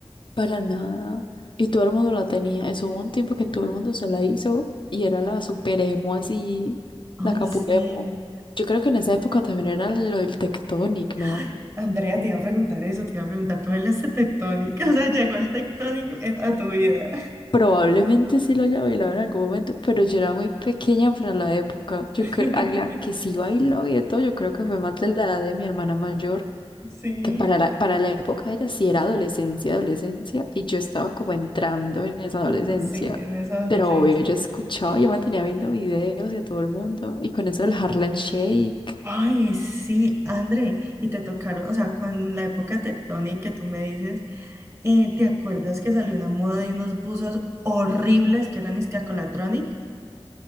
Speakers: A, on the left; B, on the right.
A: Para nada. Y todo el mundo la tenía. Eso hubo un tiempo que todo el mundo se la hizo y era la super emo así,
B: Ay,
A: la capulemo.
B: sí.
A: Yo creo que en esa época también era lo del Tectonic, ¿no?
B: Ay, Andrea, te iba a preguntar eso, te iba a preguntar, ¿tú eres tectónica? <laughs> O sea, llegó el tectónico en- a tu vida.
A: Probablemente sí lo haya bailado en algún momento, pero yo era muy pequeña para la época. Yo
B: <laughs>
A: creo, a la que sí bailó y de todo, yo creo que fue más de la edad de mi hermana mayor.
B: Sí,
A: que para la, para la época de ella sí era adolescencia, adolescencia, y yo estaba como entrando en esa adolescencia.
B: sí, en esa adolescencia.
A: Pero obvio, yo escuchaba, yo mantenía viendo videos y a todo el mundo, y con eso del Harlem Shake,
B: Ay, sí, André, y te tocaron, o sea, cuando, en la época tectónica que tú me dices, eh, ¿te acuerdas que salió una moda de unos buzos horribles que eran iscacolatronic?